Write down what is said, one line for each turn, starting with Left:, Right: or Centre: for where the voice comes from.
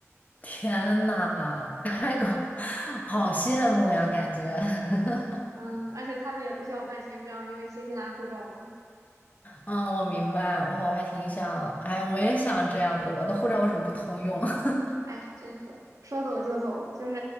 Left: 天呐，那个 <laughs> 好羡慕呀，感觉。<laughs>
Right: 嗯，而且他们也不需要办签证，因为新西兰护照嘛。
Left: 嗯，我明白，我还我还挺想，哎，我也想这样子，我的护照为什么不通用？<laughs>
Right: 哎，真是说走就走，就是